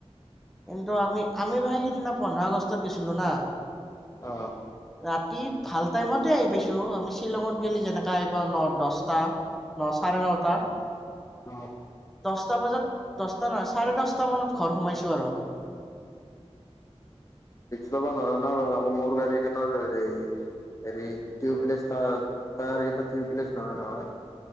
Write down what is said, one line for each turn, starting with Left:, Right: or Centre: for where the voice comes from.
Centre: কিন্তু আমি আমি ভাই সিদিনা পোন্ধৰ আগষ্টত গৈছিলোঁ‌ না
Left: আহ
Centre: ৰাতি ভাল টাইমতে আহি পাইছোঁ আমি শ্বিলঙত গেলি যেনেকা আহিপাওঁ ন দহটা ন চাৰে নটা
Left: অ'
Centre: দহটা বজাত দহটা নহয় চাৰে দহটা মানত ঘৰ সোমাইছো আৰু আমি
Left: ল'ব নহয় নহয় বাৰু আকৌ মোৰ গাড়ীখনৰ হ হেৰি টিউবলেছ টায়াৰকেইটা টিউবলেছ নহয় নহয়